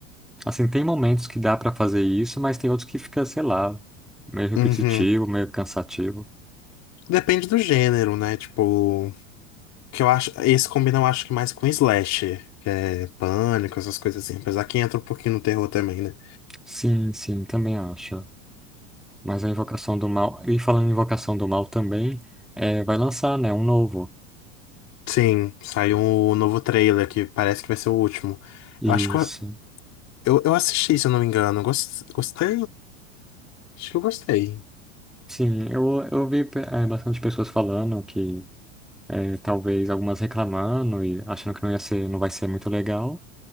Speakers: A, in the centre; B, on the left (about 45°).
A: Assim, tem momentos que dá pra fazer isso, mas tem outros que fica, sei lá, meio repetitivo,
B: uhum.
A: meio cansativo.
B: Depende do gênero, né? Tipo, que eu acho... Esse combina, eu acho que mais com slasher. Que é pânico, essas coisas assim. Apesar que entra um pouquinho no terror também, né?
A: Sim, sim, também acho. Mas a Invocação do Mal, e falando em Invocação do Mal também, é, vai lançar, né, um novo.
B: Sim, saiu um novo trailer que parece que vai ser o último.
A: Isso.
B: Eu acho que eu, eu, eu assisti, se eu não me engano. Gos- Gostei? Acho que eu gostei.
A: Sim, eu, eu vi pe- é, bastante pessoas falando que é, talvez algumas reclamando e achando que não ia ser, não vai ser muito legal.